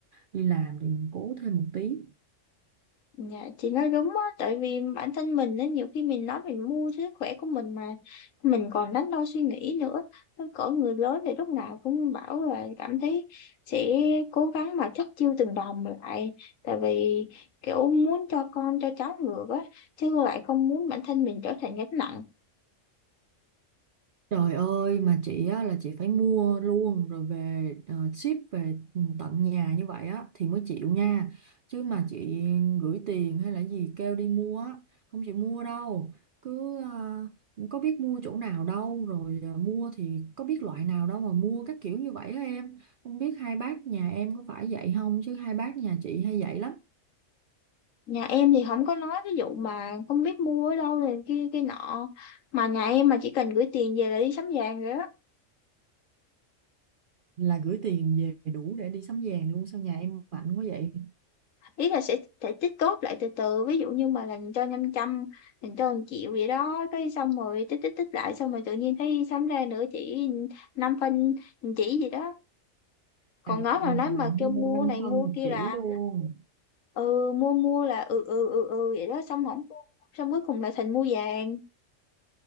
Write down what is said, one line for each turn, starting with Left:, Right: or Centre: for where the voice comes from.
Right: đi làm thì mình cố thêm một tí.
Left: Dạ chị nói đúng á tại vì bản thân mình á nhiều khi mình nói mình mua cho sức khỏe của mình mà mình còn đắn đo suy nghĩ nữa Nó cỡ người lớn thì lúc nào cũng bảo là cảm thấy sẽ cố gắng mà chất chiêu từng đồng lại tại vì kiểu muốn cho con cho cháu ngược á chứ lại không muốn bản thân mình trở thành gánh nặng
Right: Trời ơi mà chị á, là chị phải mua luôn rồi về ờ, ship về tận nhà như vậy á thì mới chịu nha. Chứ mà chị gửi tiền hay là gì kêu đi mua á, không chịu mua đâu. Cứ ờ, có biết mua chỗ nào đâu rồi ờ, mua thì có biết loại nào đâu mà mua các kiểu như vậy á em. Không biết hai bác nhà em có phải vậy không chứ hai bác nhà chị hay vậy lắm.
Left: nhà em thì không có nói ví dụ mà không biết mua ở đâu này kia kia nọ mà nhà em mà chỉ cần gửi tiền về là đi sắm vàng rồi đó
Right: Là gửi tiền về đủ để đi sắm vàng luôn sao nhà em mạnh quá vậy?
Left: ý là sẽ sẽ tích góp lại từ từ ví dụ như mà làm cho 500, làm cho 1 triệu vậy đó cái xong rồi tích tích tích lại xong rồi tự nhiên thấy sắm ra nữa chỉ năm phân một chỉ gì đó còn
Right: À
Left: nói mà nói
Right: là
Left: mà
Right: mua
Left: kêu mua
Right: 5
Left: này
Right: phân
Left: mua
Right: một
Left: kia
Right: chỉ
Left: là
Right: luôn.
Left: ừ mua mua là ừ ừ ừ ừ vậy đó xong không mua. xong cuối cùng là thành mua vàng